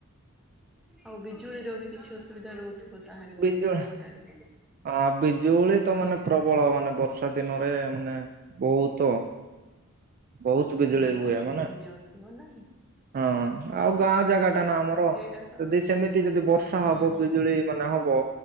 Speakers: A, in the centre; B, on the right.
A: ଆଉ ବିଜୁଳି ରବି କିଛି ଅସୁବିଧା ରହୁ ଥିବ ତାହଲେ ବର୍ଷା
B: ବିଜୁଳି
A: ଦିନଟାରେ।
B: ଆ ବିଜୁଳି ତ ମାନେ ପ୍ରବଳ ମାନେ ବର୍ଷା ଦିନରେ ମାନେ ବହୁତ ବହୁତ ବିଜୁଳି
A: ପୁରା
B: ହୁଏ
A: କଟ
B: ମାନେ
A: ହେଇକି ଯାଉ ଥିବ ନାହିଁ।
B: ହଁ ଆଉ ଗାଁ ଜାଗା ଟା ନା ଆମର
A: ସେଇଟା ତ।
B: ଯଦି ସେମିତି ଯଦି ବର୍ଷା
A: ହଁ
B: ହବ
A: ହଁ
B: ବିଜୁଳି ମାନେ ହବ